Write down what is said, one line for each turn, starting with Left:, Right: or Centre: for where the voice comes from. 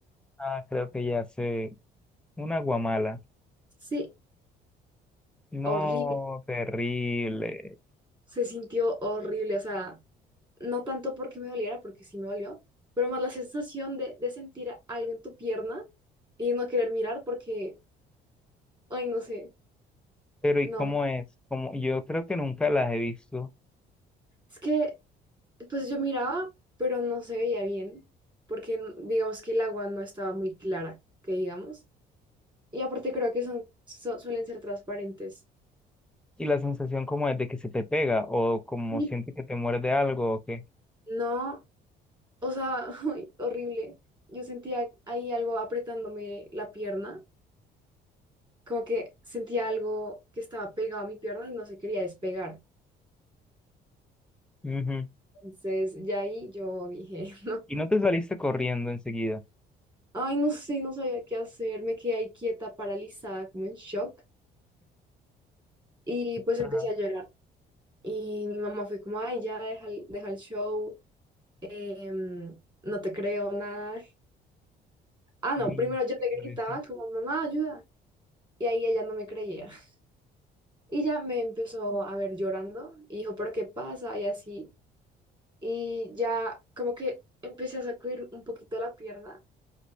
Centre: ah, creo que ya sé. Una guamala.
Right: Sí, horrible.
Centre: No, terrible.
Right: Se sintió horrible, o sea. no tanto porque me doliera, porque sí me dolió, pero más la sensación de, de sentir algo en tu pierna y no querer mirar porque, ay, no sé,
Centre: Pero, ¿y
Right: no,
Centre: cómo es? Como, yo creo que nunca las he visto.
Right: es que pues yo miraba, pero no se veía bien, porque n- digamos que el agua no estaba muy clara, que digamos, y aparte creo que son, su- suelen ser transparentes.
Centre: Y la sensación como es de que se te pega o como
Right: Sí.
Centre: sientes que te muerde algo o que...
Right: No, o sea, <laughs> ay, horrible. Yo sentía ahí algo apretándome la pierna, como que sentía algo que estaba pegado a mi pierna y no se quería despegar.
Centre: Ujú.
Right: Entonces, ya ahí yo dije, <laughs>
Centre: Y no te saliste corriendo enseguida.
Right: ay, no sé, no sabía qué hacer, me quedé ahí quieta, paralizada, como en shock, y pues
Centre: Ajá,
Right: empecé a llorar. Y mi mamá fue como, ay, ya deja el, deja el show, em, no te creo nada. Ah, no,
Centre: sí,
Right: primero yo
Centre: sí,
Right: le gritaba
Centre: por eso.
Right: como, mamá, ayuda. Y ahí ella no me creía. <laughs> Y ya me empezó a ver llorando y dijo, pero ¿qué pasa? Y así. Y ya como que empecé a sacudir un poquito la pierna.